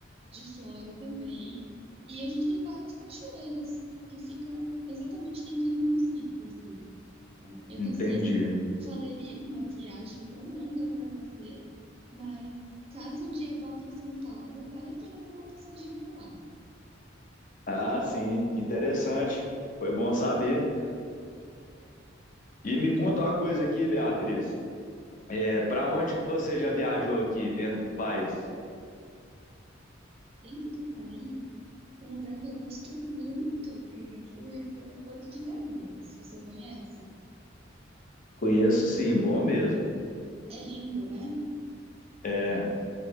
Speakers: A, on the right (about 30°); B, on the left (about 40°).
A: de flora também. E a gente tem várias cachoeiras que fica exatamente dentro do município, assim. É, Eu
B: Entendi.
A: não sei se valeria uma viagem tão longa para você, mas caso um dia vá para São Paulo, vale a pena dar uma passadinha por lá.
B: Ah, sim, que interessante. Foi bom saber. E me conta uma coisa aqui, Beatriz. É, para onde que você já viajou aqui dentro do país?
A: Dentro do país, um lugar que eu gosto muito, que eu já fui, foi Porto de Galinhas. Você conhece?
B: Conheço, sim, bom mesmo.
A: É lindo, né?
B: É,